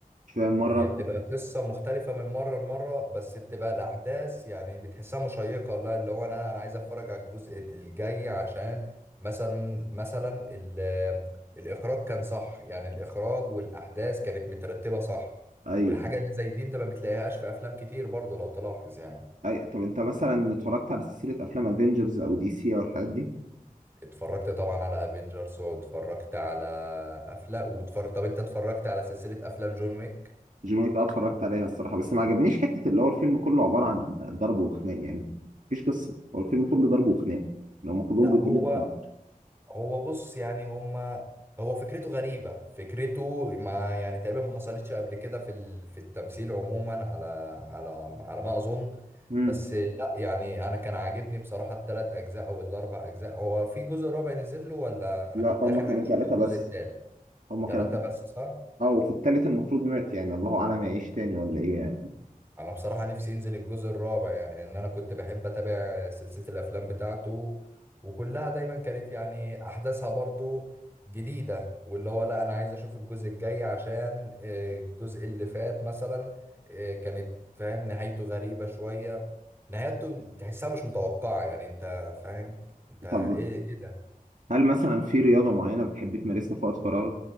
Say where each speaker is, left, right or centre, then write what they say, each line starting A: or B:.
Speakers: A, on the right; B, on the right.
A: شويه مره
B: ما هي بتبقى قصة مختلفة من مرة لمرة بس بتبقى الاحداث يعني بتحسها مشيقة لا اللي هو انا انا عايز اتفرج على الجزء الجاي عشان مثلا مثلا ال- الاخراج كان صح يعني الاخراج والاحداث كانت مترتبة صح
A: ايوه
B: والحاجة اللي زي دي انت ما بتلاقيهاش في افلام كتير برضو لو تلاحظ يعني
A: أي... طب انت مثلا اتفرجت على سلسله افلام افنجرز او دي سي او الحاجات دي
B: اتفرجت طبعا على افنجرز واتفرجت على افلام واتفرج طب انت اتفرجت على سلسلة افلام جون ويك
A: جون ويك اه اتفرجت عليها الصراحه بس ما عجبنيش حته اللي هو الفيلم كله عباره عن ضرب وخناق يعني مفيش قصه هو الفيلم كله ضرب وخناق يعني هم كلهم
B: لا
A: بيضربوا
B: هو
A: بعض.
B: هو بص يعني هما هو فكرته غريبة فكرته ما يعني تقريبا ما حصلتش قبل كده في ال... في التمثيل عموما على على على ما اظن
A: امم
B: بس لا يعني انا كان عاجبني بصراحة الثلاث اجزاء او الاربع اجزاء هو في جزء رابع نزل له ولا
A: لا
B: انا كنت
A: هم
B: اخر
A: كانوا
B: حاجة
A: ثلاثه
B: شفت الجزء
A: بس
B: الثالث
A: هم
B: ثلاثة
A: كانوا
B: بس صح
A: اه وفي التالت المفروض مات يعني الله اعلم يعيش تاني ولا ايه يعني.
B: انا بصراحة نفسي ينزل الجزء الرابع يعني ان انا كنت بحب اتابع سلسلة الافلام بتاعته وكلها دايما كانت يعني احداثها برضو جديدة واللي هو لا انا عايز اشوف الجزء الجاي عشان آه، الجزء اللي فات مثلا آه، كانت فاهم نهايته غريبة شوية نهايته تحسها مش متوقعة يعني انت فاهم انت ايه
A: طب
B: ايه ده
A: هل مثلا في رياضه معينه بتحب تمارسها في وقت فراغك